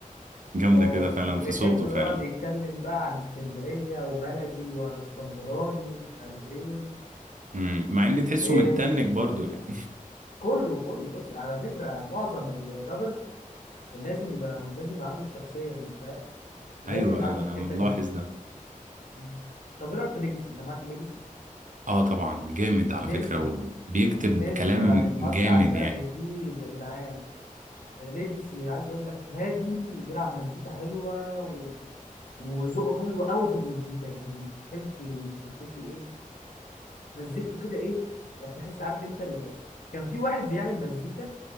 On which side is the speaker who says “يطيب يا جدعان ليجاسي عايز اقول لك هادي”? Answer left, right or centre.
Left